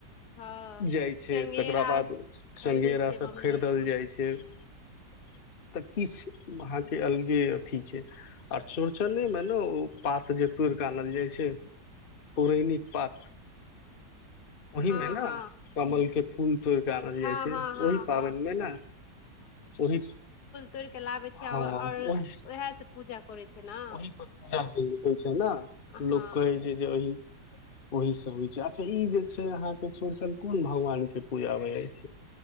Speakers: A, on the left; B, on the left.
A: हँ
B: जाइ छै
A: चंगेरा
B: तकरा बाद चंगेरासभ
A: खरीदै छै मम्मी
B: खरीदल
A: अरी
B: जाइ छै। <unintelligible> तऽ किछु अहाँके अलगे अथी छै। <unintelligible> आर चौड़चने में ने ओ पात जे तोड़ि के आनल जाइ छै। पुरेणिक पात ओहि
A: हँ
B: मे ने,
A: हँ
B: कमल के फूल तोड़ के आबल
A: हँ
B: जाइ छै,
A: हँ हँ
B: ओहि पाबनिमे
A: हँ
B: ने, ओहि
A: तोड़िक लाबै छै,
B: हँ
A: आओर
B: ओहि
A: ओएह से पूजा करै छै ने।
B: ओहि पर होइ छै ना
A: हँ
B: लोक होइ छै जे अही ओही से होइ छै, अच्छा ई जे छै अहाँके चौरचन कोन भगवान के पूजा होइ ऐछ?